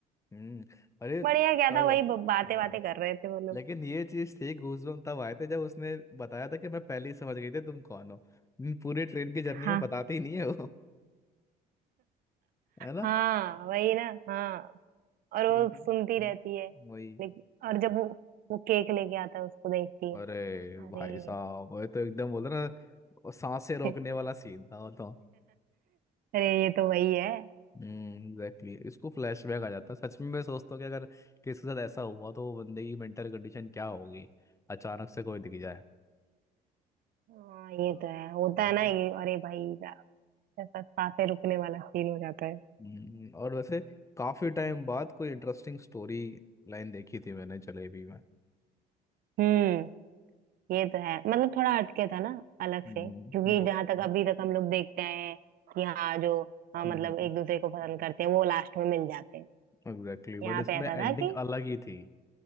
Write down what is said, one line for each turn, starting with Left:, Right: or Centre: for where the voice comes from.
Left: हम्म अरे
Right: बढ़िया क्या
Left: तब
Right: था वही बातें
Left: हाँ
Right: बातें कर रहे थे वो लोग
Left: लेकिन ये चीज थी गूजबम्प तब आए थे जब उसने बताया था कि मैं पहले ही समझ गई थी तुम कौन हो हम्म, पूरे ट्रेन की जर्नी
Right: हाँ
Left: में बताते ही नहीं है वो है ना
Right: हाँ वही ना हाँ और वो
Left: पूरी की-
Right: सुनती
Left: तुम्हें-
Right: रहती है
Left: वही
Right: लेकिन और जब वो वो केक लेके आता है उसको देखती है
Left: अरे
Right: अरे
Left: भाई साहब वो तो एकदम बोला ना वो सांसें रोकने
Right: <laughs>
Left: वाला सीन था वो तो
Right: अरे ये तो वही है
Left: एग्जैक्टली exactly. इसको फ्लैशबैक आ जाता है सच में मैं सोचता हूँ कि अगर किसी के साथ ऐसा हुआ तो वो बंदे की मेंटल कंडीशन क्या होगी अचानक से कोई दिख जाए
Right: हाँ ये तो है होता
Left: हम्म।
Right: है ना ये अरे भाई साहब, ऐसा सांसें रुकने वाला सीन हो जाता है
Left: हम्म, और वैसे काफी टाइम बाद कोई इंटरेस्टिंग स्टोरी लाइन देखी थी मैंने जलेबी में
Right: हम्म ये तो है मतलब थोड़ा हटके था ना अलग
Left: हम्म,
Right: से क्योंकि
Left: बहुत
Right: जहां
Left: अच्छा
Right: तक अभी तक हम लोग देखते हैं कि हाँ जो हाँ,
Left: हम्म,
Right: मतलब एक दूसरे को पसंद करते हैं वो लास्ट में मिल जाते हैं
Left: एग्जैक्टली
Right: यहाँ
Left: बट इसमें
Right: पे ऐसा
Left: एंडिंग
Right: था कि
Left: अलग ही थी